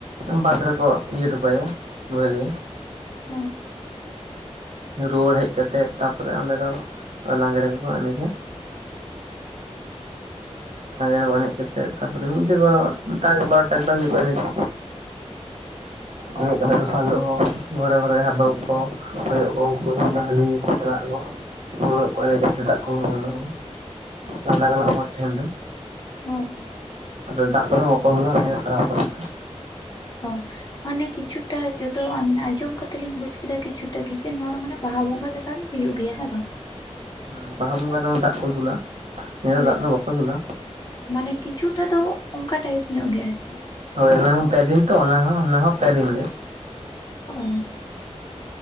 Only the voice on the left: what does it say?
ᱦᱩᱸ ᱾
ᱦᱩᱸ ᱾
ᱚ ᱢᱟᱱᱮ ᱠᱤᱪᱷᱩᱴᱟ ᱡᱚᱛᱚ ᱟᱸᱡ-ᱟᱸᱡᱚᱢ ᱠᱟᱛᱮ ᱞᱤᱧ ᱵᱩᱡ ᱠᱮᱫᱟ ᱠᱤᱪᱷᱩ ᱴᱟ ᱠᱤᱪᱷᱩ ᱱᱚᱣᱟ ᱫᱚ ᱢᱟᱱᱮ ᱵᱟᱦᱟ ᱵᱚᱸᱜᱟ ᱞᱮᱠᱟ ᱜᱮ ᱦᱩᱭᱩᱜ ᱜᱮᱭᱟ ᱦᱮᱸ ᱵᱟᱝ?
ᱦᱳᱭ
ᱦᱳᱭ
ᱢᱟᱱᱮ ᱠᱤᱪᱷᱩᱴᱟ ᱫᱚ ᱚᱱᱠᱟ ᱴᱟᱭᱤᱯ ᱧᱚᱜ ᱜᱮᱭᱟ ᱟᱨᱠᱤ᱾
ᱚ ᱾